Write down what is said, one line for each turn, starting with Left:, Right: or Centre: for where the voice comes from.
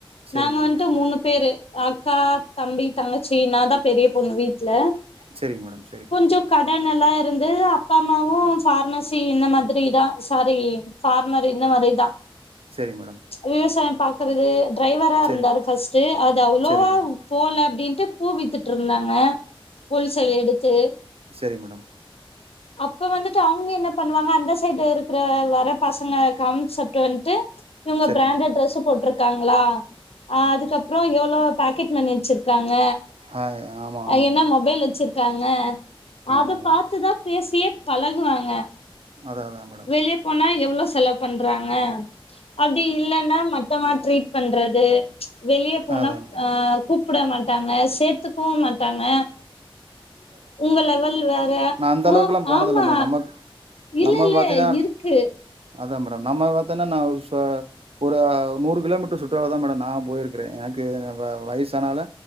Right: சரிங்க
Left: நாங்க
Right: மேடம்
Left: வந்துட்டு
Right: சரி
Left: மூணு பேரு அக்கா தம்பி தங்கச்சி நாந்தா பெரிய பொண்ணு வீட்ல
Right: சரிங்க மேடம்
Left: கொஞ்சோ கடன் எல்லா இருந்துது அப்பா அம்மாவு பார்மசி இந்த மாதிரிதா சாரி ஃபார்மர் இந்த மாரிதா
Right: சரிங்க மேடம்
Left: விவசாயோ பாக்கறது டிரைவரா இருந்தாரு
Right: சரிங்க மேடம்
Left: ஃபஸ்ட்டு அது அவ்ளவா
Right: சரிங்க சரிங்க மேடம்
Left: போல அப்டின் ட்டு பூ வித்துட்ருந்தாங்க ஹோல்சேல் எடுத்து
Right: செரி மேடம்
Left: அப்ப வந்துட்டு அவங்க என்ன பண்ணுவாங்க அந்த சைடு இருக்குற வர பசங்க கான்செப்ட்டு வந்ட்டு இவங்க
Right: சரிங்க
Left: பிராண்டட்
Right: மேடம்
Left: ட்ரெஸ் போட்ருக்காங்களா அதுக்கப்றோ எவ்ளோ பாக்கெட் மணி வச்சிருக்காங்க
Right: ஆ ஆமா ஆமா
Left: அ என்ன
Right: மேடம்
Left: மொபைல் வச்சிரு க்காங்க அது
Right: ஆமா மேடம்
Left: பாத்துதா பேசியே பழகுவாங்க
Right: அதா அதா மேடம்
Left: வெளிய போனா எவ்ளோ செலவு பண்றாங்க அப்டி இல்லன்னா மட்டமா ட்ரீட் பண்றது வெளிய போனா
Right: அதா
Left: ஆ கூ ப்ட மாட்டாங்க சேத்துக்கவு மாட்டாங்க உங்க லெவல் வேற
Right: இந்த
Left: ஓ
Right: அளவுக்கெல்லா போனதில்ல
Left: ஆமா
Right: மேடம் நமக்
Left: இல்ல
Right: நம்ம
Left: இல்ல
Right: பாத்தீன்னா
Left: இருக்கு
Right: அதா மேடம் நம்ம பாத்தோன்னா நா ஒரு சா ஒரு நூறு கிலோமீட்ரு சுற்றளவுதா மேடம் நா போயிருக்குறே எனக்கு வ வயசானால